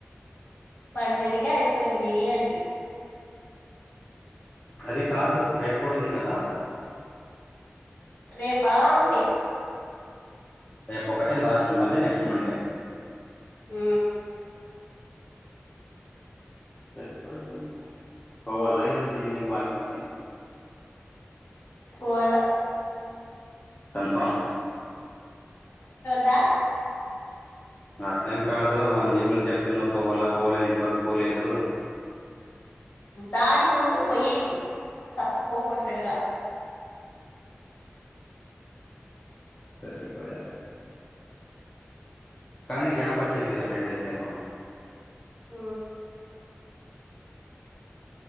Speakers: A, on the left; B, on the left.
A: పన్నెంటికే అయిపోయింది అంటీ
B: అది కాదు రేపుకూడుంది కదా
A: రేపా ఉంది
B: రేపు ఒకటే లాస్ట్ మళ్ళీ నెక్స్ట్ మండే
A: ఉ
B: సరిపోయింది పోవాల ఈరోజు ఈవినింగ్ వాకింగ్కి
A: పోవాలా
B: కన్ఫార్మ్
A: దా
B: అట్లేం కాదు వన్ వీక్ నుంచి చెప్తున్నావు పోవాల పోవాలని ఇంతవరకు పోలేదు
A: దానికి ముందు పొయింటి తప్పుకోకుండాట్టుగా
B: సరిపోయా కానీ గ్యాప్ వచ్చింది కదా టెన్ డేస్ ఏమో
A: ఉ